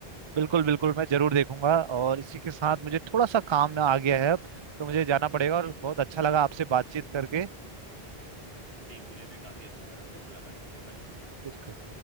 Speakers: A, on the right; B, on the right.
A: बिल्कुल बिल्कुल मैं जरूर देखूंगा और इसी के साथ मुझे थोड़ा सा काम आ गया है अब तो मुझे जाना पड़ेगा
B: जी
A: और बहुत अच्छा लगा आपसे बातचीत करके
B: जी मुझे भी काफी अच्छा लगा फिर मुलाकात करते हैं बाय
A: बिल्कुल